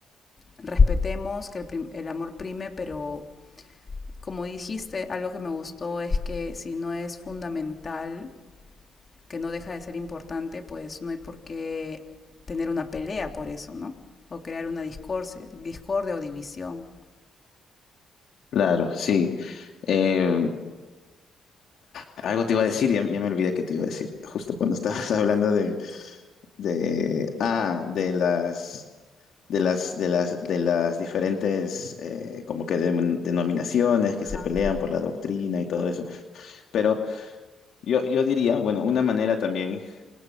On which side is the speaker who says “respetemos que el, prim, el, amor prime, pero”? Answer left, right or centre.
Left